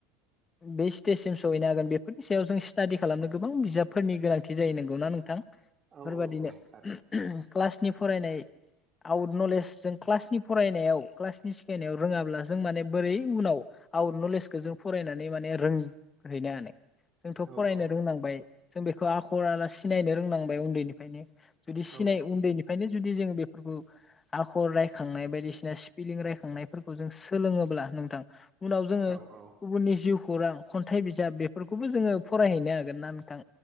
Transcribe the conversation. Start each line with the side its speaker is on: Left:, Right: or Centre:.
Left: बे स्टेजसिम सहैनो हागोन बेफोरनि सायाव जों स्टाडि खालामनो गोबां बिजाबफोरनि गोनांथि जायो नांगौना नोंथां? बेफोरबादिनो
Right: औ औ थारै
Left: क्लासनि फरायनाय आउट नलेज जों क्लासनि फरायनायाव क्लासनि सिखायनायाव रोङाब्ला जों माने बोरै उनाव आउट नलेजखौ जों फरायनानै नै माने रोंहैनो हानाय जोंथ'
Right: औ
Left: फरायनो
Right: औ
Left: रोंनांबाय जों बेखौ आखरराला सिनायनो रोंलांबाय उनदैनिफ्रायनो जुदि सिनाय
Right: औ
Left: उनदैनिफ्रायनो जुदि जोङो बेफोरखौ आखर रायखांनाय बायदिसिना स्पिलिं रायखांनायफोरखौ जों सोलोङोब्ला नोंथां उनाव जोङो
Right: औ औ
Left: गुबुननि जिउ खौरां खनथाइ बिजाब बेफोरखौबो जोङो फरायहैनो हागोन ना नोंथां